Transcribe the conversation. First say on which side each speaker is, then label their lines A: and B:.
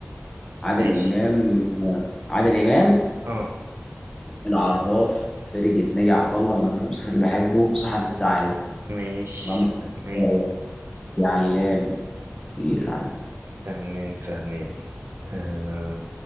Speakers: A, on the left; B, on the right.
A: عادل
B: ماشي
A: امام آه، عادل امام
B: اه
A: العراف فرقة ناجي عطا الله من اكتر المسلسلات اللي بحبه صاحب السعادة
B: ماشي
A: مأمون
B: فاهمين
A: خلال، يا علام كتير عادل
B: فاهمين فاهمين آه،